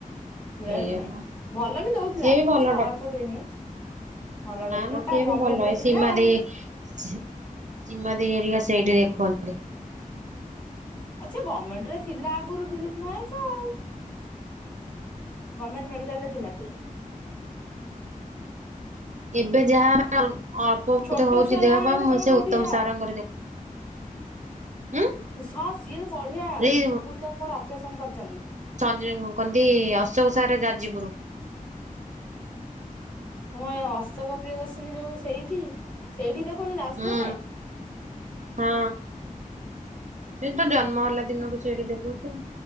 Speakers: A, on the right; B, on the left.
A: ସେଇଆ
B: ଲେଟ ନାଇଁ
A: ବା
B: ଭଲ ବି ଦଉଥିଲା
A: ସିଏ ବି ଭଲ
B: କିଛି ଖରାପ
A: ଡକ୍ଟର
B: ତ ଦେଇନି। ଭଲ
A: ନା
B: ଡକ୍ଟର
A: ନା ସେ
B: ଟା
A: ବି
B: ଗମେଣ୍ଟ
A: ଭଲ
B: ରେ
A: ଏ
B: ଥିଲା
A: ସିମା
B: ଆଉ
A: ଦେଇ ସିମା ଦେଇ ଏରିଆ ସେଇଟେ ଦେଖୁନ୍ତି।
B: ଆଚ୍ଛା ଗମେଣ୍ଟ ଥିଲା ଆଗୁରୁ ଦିଲ୍ଲୀପ୍ ନାୟକ ଆଉ। ଗମେଣ୍ଟ ମେଡି ଗଲେ ଥିଲା ସିଏ।
A: ଏବେ ଯାହା ଅଳ୍ପ ବହୁତ
B: ଛୋଟ
A: ହଉଛି
B: ଛୁଆ
A: ଦେହ
B: ଯାହା
A: ପା
B: ହେଲେ
A: ମୁଁ
B: ତମେ
A: ସେ
B: କୋଉଠିକି
A: ଉତ୍ତମ
B: ଯାଅ।
A: ସାରଙ୍କର ଦେଖ ଉଁ
B: ଉଷ ସିଏ ତ ବଢିଆ
A: ଏଇ
B: ଉ ଉତ୍ତମ ମୋର ଅପରେସନ କରିଛନ୍ତି।
A: ଯଉ କନ୍ତି ଅଶୋକ ସାରେ ଯାଜିପୁରୁ।
B: ତମର ଅଶୋକ ପ୍ରିୟ ଦର୍ଶିନୀ ଯୋଉ ସେଇଠି ସେଇଠି ଦେଖଉଛ ଯାଜପୁରରେ।
A: ହୁଁ ହଁ ସେ ତ ଜନ୍ମ ହେଲା ଦିନଠୁ ସେଇଠି ଦେଖଉଛି ଆଉ।